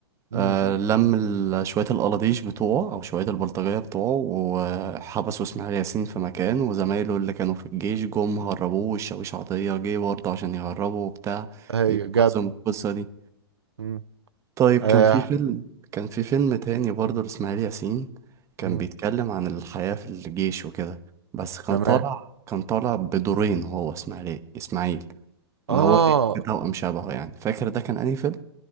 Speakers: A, on the right; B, on the right.
A: مم.
B: آه، لم ال- شوية القلاديش بتوعه أو شوية البلطجية بتوعه وحبسوا إسماعيل ياسين في مكان وزمايله اللي كانوا في الجيش جم هربوه والشاويش عطية جه برضه عشان يهربه وبتاع
A: ايوه
B: ينقذهم
A: جد
B: من القصة دي
A: مم.
B: طيب
A: آه.
B: كان في فيلم كان في فيلم تاني برضه لإسماعيل ياسين كان
A: مم.
B: بيتكلم عن الحياة في الجيش وكده بس كان
A: تمام
B: طالع كان طالع بدورين هو إسماعيل إسماعيل
A: آه.
B: إن هو ليه توأم شبهه يعني فاكر ده كان أنهي فيلم؟